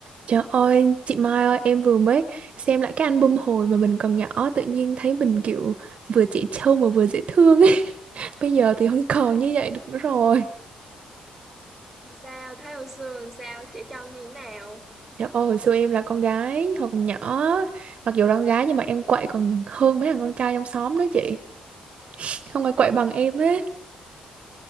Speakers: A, on the right; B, in the centre.
A: Trời ơi, chị Mai ơi, em vừa mới xem lại cái album hồi mà mình còn nhỏ, tự nhiên thấy mình kiểu vừa trẻ trâu mà vừa dễ thương ấy. <laughs> Bây giờ thì không còn như vậy được nữa rồi.
B: Sao thấy hồi xưa làm sao trẻ trâu như thế nào
A: Trời ơi, hồi xưa em là con gái, hồi còn nhỏ, mặc dù là con gái nhưng mà em quậy còn hơn mấy thằng con trai trong xóm nữa chị. Không ai quậy bằng em hết.